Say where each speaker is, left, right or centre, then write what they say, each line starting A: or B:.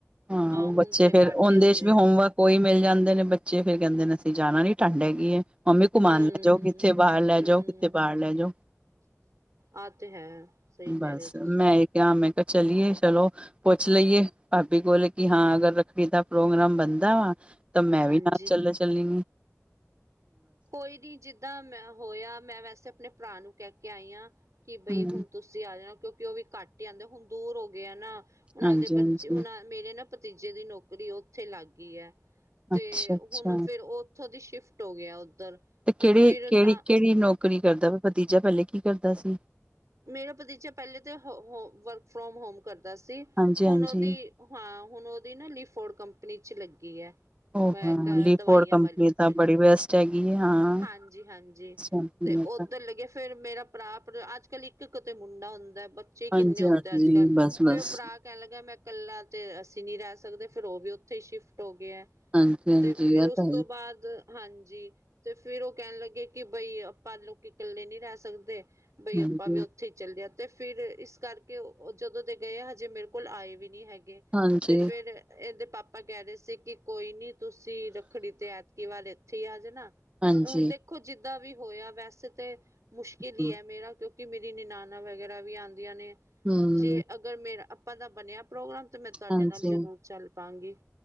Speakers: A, on the right; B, on the right.
A: ਹਾਂ, ਉਹ
B: ਹੁਣ
A: ਬੱਚੇ
B: ਤੇ
A: ਫੇਰ,
B: ਘੱਟ
A: ਉਂਹਦੇ
B: ਹੀ ਹੁੰਦੀਆਂ
A: 'ਚ ਵੀ ਹੋਮਵਰਕ
B: ਨੇ
A: ਕੋਈ ਮਿਲ ਜਾਂਦੇ ਨੇ, ਬੱਚੇ ਫੇਰ ਕਹਿੰਦੇ ਨੇ, ਅਸੀਂ ਜਾਣਾ ਨੀ ਠੰਢ ਹੈਗੀ ਹੈ। 'ਮੰਮੀ' ਘੁਮਾਉਣ
B: ਹੂੰ।
A: ਲੈ ਜਾਓ, ਕਿੱਥੇ ਬਾਹਰ ਲੈ
B: ਹੂੰ,
A: ਜਾਓ, ਕਿੱਥੇ ਬਾਹਰ ਲੈ ਜਾਓ।
B: ਆਹ ਤੇ ਹੈ, ਸਹੀ
A: ਬਸ
B: ਕਹਿ ਰਹੇ ਹੋ, ਤੁਸੀ।
A: ''ਮੈਂ ਕਿਆ ''ਮੈਂ ਕਿਹਾ ਚਲੀਏ, ਚਲੋ, ਪੁੱਛ ਲਈਏ ਭਾਭੀ ਕੋੋਲੇ ਕਿ ਹਾਂ, ਅਗਰ ਰੀ ਦਾ ਪ੍ਰੋਗਰਾਮ ਬਣਦਾ ਵਾ, ਤਾਂ ''ਮੈਂ
B: ਹਾਂਜੀ।
A: ਵੀ, ਨਾਲ ਚੱਲੇ, ਚੱਲੀ
B: ਕੋਈ ਨੀ ਜਿੱਦਾਂ ਮੈਂ ਹੋਇਆ, ਮੈਂ ਵੈਸੇ ਆਪਣੇ ਭਰਾ ਨੂੰ ਕਹਿ ਕੇ ਆਈ ਹਾਂ, ਕਿ, ਬਈ
A: ਹੂੰ
B: ਹੁਣ ਤੁਸ ਆ ਜਾਣਾ, ਕਿਉਂਕਿ ਉਹ ਵੀ ਘੱਟ ਹੀ ਆਂਦੇ ਨੇ, ਹੁਣ ਦੂਰ ਹੋ ਗਏ ਆ, ਨਾ ਉਹਨਾਂ
A: ਹਾਂਜੀ-ਹਾਂਜੀ
B: ਦੇ ਬੱਚੇ ਉਹਨਾਂ ਮੇਰੇ ਨਾ ਭਤੀਜੇ ਦੀ ਨੌਕਰੀ ਉੱਥੇ ਲੱਗ ਗਈ ਹੈ, ਤੇ,
A: ਅੱਛਾ-ਅੱਛਾ
B: ਹੁਣ ਫਿਰ, ਓ ਉੱਥੋਂ ਦੀ ਸ਼ਿਫਟ ਹੋ ਗਿਆ, ਉੱਧਰ
A: ਤੇ, ਕਿਹੜੀ-
B: ਫਿਰ
A: ਕਿਹੜੀ,
B: ਤਾਂ
A: ਕਿਹੜੀ ਨੌਕਰੀ ਕਰਦਾ ਵਾ ਭਤੀਜਾ? ਪਹਿਲੇ ਕੀ ਕਰਦਾ ਸੀ?
B: ਮੇਰਾ ਭਤੀਜਾ ਪਹਿਲੇ ਤੇ, ਹੋ, ਹੋਮ ਵਰ ਫਰੋਮ ਹੋਮ ਕਰਦਾ ਸੀ,
A: ਹਾਂਜੀ-ਹਾਂਜੀ
B: ਹੁਣ ਉਹਦੀ ਹਾਂ, ਹੁਣ ਉਹਦੀ ਨਾ, ਲੀਫੋਡ ਕੰਪਨੀ 'ਚ ਲੱਗੀ ਹੈ।
A: ਉਹ
B: ਅਹ
A: ਹਾਂ ਲੀਫੋਡ
B: ਦਵਾਈਆਂ
A: ਕੰਪਨੀ
B: ਵਾਲੀ'ਚ
A: ਤਾਂ ਬੜੀ ਬੈਸਟ ਹੈਗੀ ਹੈ ਹਾਂ
B: ਹਾਂਜੀ-ਹਾਂਜੀ।
A: ਹਾਂਜੀ
B: ਤੇ,
A: ਇਹ
B: ਉੱਧਰ
A: ਤਾਂ-
B: ਲੱਗੇ ਫਿਰ, ਮੇਰਾ ਭਰਾ ਅੱਜ- ਕੱਲ, ਇੱਕ-ਇੱਕ ਤੇ, ਮੁੰਡਾ ਹੁੰਦਾ ਚੇ
A: ਹਾਂਜੀ
B: ਕਿੰਨੇ ਹੁੰਦੇ
A: ਹਾਂਜੀ
B: ਆ, ਅੱਜ-ਕੱਲ
A: ਬਸ ਬਸ
B: ਫਿਰ ਓ, ਭਰਾ ਕਹਿਣ ਲੱਗਾ ''ਮੈਂ ਇਕੱਲਾ ਤੇ, ਅਸੀਂ ਨਹੀਂ ਰਹਿ ਸਕਦੇ। ਫਿਰ ਉਹ ਵੀ, ਉੱਥੇ ਹੀ ਸ਼ਿਫਟ ਹੋ ਗਿਆ।
A: ਹਾਂਜੀ ਹਾਂਜੀ
B: ਤੇ, ਫਿਰ
A: ਆ
B: ਉਸ
A: ਤਾਂ ਹੈ
B: ਤੋਂ ਬਾਅਦ ਹਾਂਜੀ। ਤੇ, ਫਿਰ ਉਹ ਕਹਿਣ ਲੱਗੇ ਕਿ, ਬਈ, ਆਪਾਂ ਲੋਕੀ ਇਕੱਲੇ ਨਹੀਂ ਰਹਿ ਸਕਦੇ। ਬਈ,
A: ਹਾਂਜੀ
B: ਆਪਾ ਵੀ ਉੱਥੇ ਹੀ ਚੱਲ ਜਾਂਦੇ ਤੇ, ਫਿਰ, ਇਸ ਕਰਕੇ ਜਦੋਂ ਦੇ ਗਏ ਆ, ਹਜੇ ਮੇਰੇ ਕੋਲ ਆਏ ਵੀ ਨਹੀਂ ਹੈਗੇ।
A: ਹਾਂਜੀ
B: ਤੇ, ਫਿਰ ਇਹਦੇ ਪਾਪਾ ਕਹਿ ਰਹੇ ਸੀ, ਕਿ ਕੋਈ ਨੀ ਤੁਸੀਂ ਰੱਖੜੀ ਤੇ, ਐਕਟੀਵਾ ਤੇ ਇੱਥੇ ਹੀ ਆ ਜਾਣਾ
A: ਹਾਂਜੀ।
B: ਹੁਣ ਦੇਖੋ ਜਿੱਦਾਂ ਵੀ ਹੋਇਆ ਵੈਸੇ ਤੇ, ਮੁਸ਼ਕਿਲ ਹੀ,
A: ਹਮ
B: ਹੈ। ਮੇਰਾ ਕਿਉਂਕਿ ਮੇਰੀ ਨਨੇਨਾਂ ਵਗੈਰਾ ਵੀ ਆਂਦੀਆਂ ਨੇ,
A: ਹਮ,
B: ਜੇ, ਅ ਅਗਰ ਮੇਰਾ ਆਪਾਂ ਦਾ ਬਣਿਆ ਪ੍ਰੋਗਰਾਮ ਤਾਂ, ਮੈਂ ਤੁਹਾਡੇ
A: ਹਾਂਜੀ
B: ਨਾਲ ਜ਼ਰੂਰ ਚੱਲ ਪਾਂਗੀ।